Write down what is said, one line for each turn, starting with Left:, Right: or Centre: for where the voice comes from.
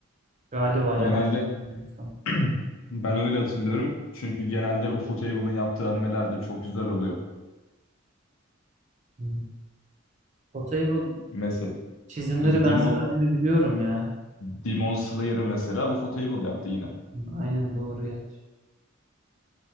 Right: Galiba
Left: Genelde
Right: yanlış. bilmiyorsam.
Left: <clears throat> ben öyle hatırlıyorum. Çünkü genelde Ufotable'ın yaptığı animeler de çok güzel oluyor.
Right: Hmm. Potable
Left: Mesela
Right: çizimleri
Left: e,
Right: benzer
Left: Demon,
Right: anime biliyorum ya.
Left: Demon Slayer'ı mesela Ufotable yaptı yine.
Right: Hmm, Aynen doğru ya.